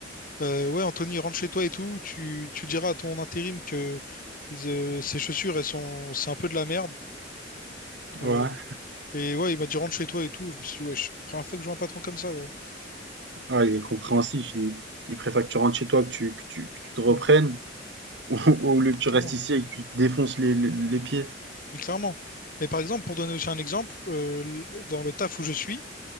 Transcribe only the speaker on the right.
ouais.
Ah, il est compréhensif. Il, il préfère que tu rentres chez toi, que tu, que tu, que tu te reprennes,
<laughs> au lieu que
tu
restes ici et que tu te défonces les, les, les pieds.